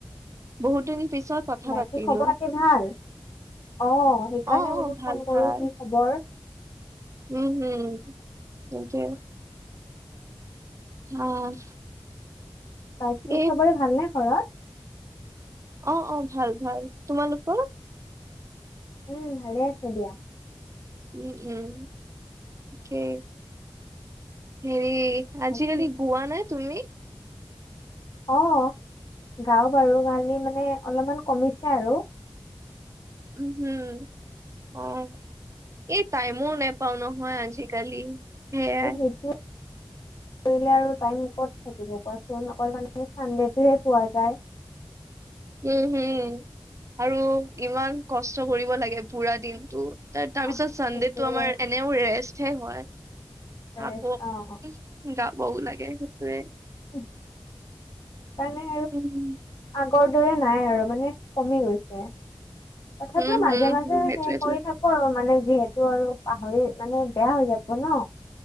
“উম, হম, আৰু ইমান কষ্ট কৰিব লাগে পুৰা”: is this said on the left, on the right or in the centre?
Right